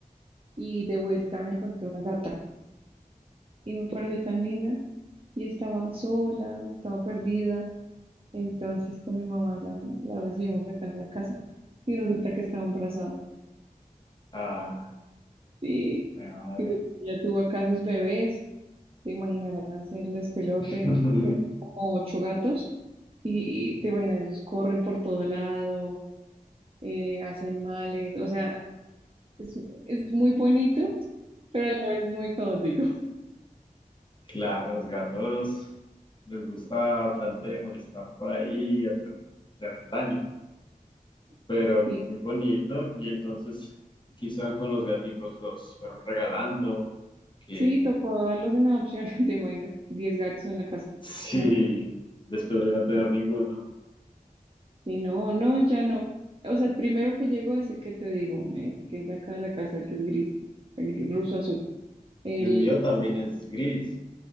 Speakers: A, on the right; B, on the left.
A: y de vuelta me encontré una gata y me pareció tan linda y estaba sola, estaba perdida. Entonces con mi mamá la, la recibimos acá en la casa y resulta que estaba embarazada.
B: Ah,
A: Y,
B: qué madre.
A: y bueno, ya tuvo acá sus bebés Te imaginarás el despelote,
B: <laughs>
A: eran como ocho gatos, y, y te imaginas, ellos corren por todo lado, eh, hacen males, o sea, es, es muy bonito, pero a la vez es muy caótico. <laughs>
B: Claro, los gatos les gusta bastante molestar por ahí y hacer, hacer daño. pero
A: Sí,
B: muy bonito. Y entonces quizá con los gaticos los fueron regalando, que
A: sí, tocó darlos en adopción, <laughs> te imaginas, diez gatos en la casa.
B: sí,
A: No,
B: después de no tener ninguno.
A: y no, no, ya no. O sea, el primero que llegó es el que te digo, eh, que es de acá de la casa, el que es gris, el ruso azul. El,
B: El mío también
A: pues,
B: es gris,